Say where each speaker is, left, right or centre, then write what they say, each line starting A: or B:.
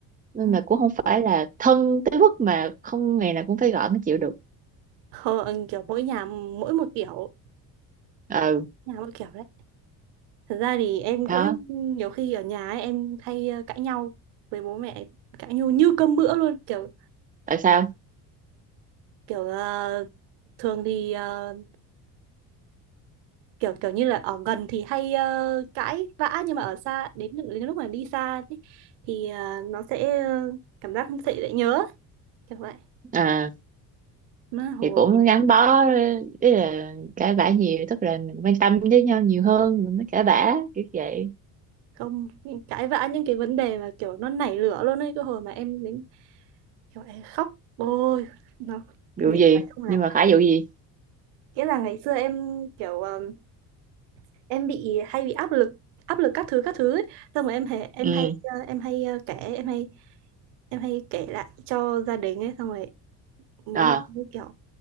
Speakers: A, on the right; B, on the right.
A: nên
B: ừ.
A: là cũng không phải là thân tới mức mà không ngày nào cũng phải gọi mới chịu được
B: Không, kiểu mỗi nhà mỗi một kiểu,
A: ừ
B: nhà mỗi kiểu đấy. Thật ra thì em
A: đó
B: cũng nhiều khi ở nhà ấy, em hay ờ, cãi nhau với bố mẹ, cãi nhau như cơm bữa luôn, kiểu
A: tại sao
B: kiểu ờ, thường thì ờ, kiểu kiểu như là ở gần thì hay ờ, cãi vã nhưng mà ở xa đến đến lúc mà đi xa thì thì ờ, nó sẽ ờ, cảm giác sẽ dễ nhớ kiểu vậy
A: à
B: mà hồi
A: thì cũng gắn bó ý là cãi vã nhiều tức là mình quan tâm với nhau nhiều hơn mình mới cãi vã kiểu vậy
B: không những cãi vã những cái vấn đề mà kiểu nó nảy lửa luôn ấy cái hồi mà em đến kiểu em khóc ôi nó
A: vụ
B: nghiện
A: gì
B: phải không là
A: nhưng mà phải vụ gì
B: nghĩa là ngày xưa em kiểu ờm, em bị hay bị áp lực áp lực các thứ các thứ ấy. xong rồi em hay em
A: ừ
B: hay ờ, em hay ờ, kể em hay em hay kể lại cho gia đình ấy xong rồi bố
A: ờ
B: mẹ cũng kiểu